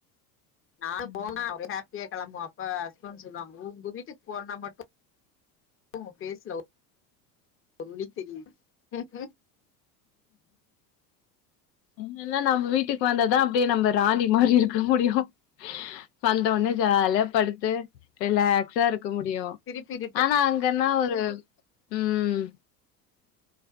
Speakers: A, on the left; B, on the left.
A: நாங்க
B: ம்
A: போனா ஒரே ஹாப்பியா கிளம்புவோ அப்ப ஹஸ்பண்ட் சொல்லுவாங்க உங்க வீட்டுக்கு போறதுனா மட்டு ஓ பேசல உங்களுக்கு தெரியு ம் ம்
B: என்னனா நம்ம வீட்டுக்கு வந்தாதா அப்டியே நம்ம ராணி மாரி இருக்க முடியு வந்த உனே ஜாலியா படுத்து ரிலாக்ஸா இருக்க முடியு
A: திருப்பி ரிட்டன்
B: ஆனா அங்கன்னா ஒரு ம்